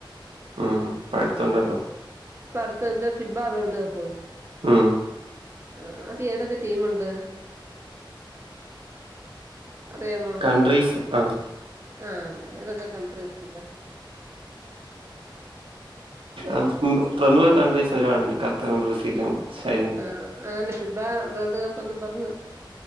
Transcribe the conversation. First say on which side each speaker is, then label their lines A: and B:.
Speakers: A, on the right; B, on the right.
A: ഊം പഠുത്തൊണ്ടല്ലോ
B: പടുത്തോണ്ട് ഫീബ വേൾഡ് കപ്പ്
A: ഈം
B: മ്മ് അതേതക്കെ ടീമുണ്ട്. അറിയാമോ
A: കൺട്രീസ് ആണ്.
B: ആഹ് ഏതൊക്കെ കൺട്രീസുണ്ട്.
A: ആം ഊം പ്രമുഖ കൺട്രീസ് ഒരാളുണ്ട് ഖത്തറും ബ്രസീലും. ചൈനയും
B: ആ ആന് സിബാ വേൾഡ് കപ്പെന്നും പറഞ്ഞ്.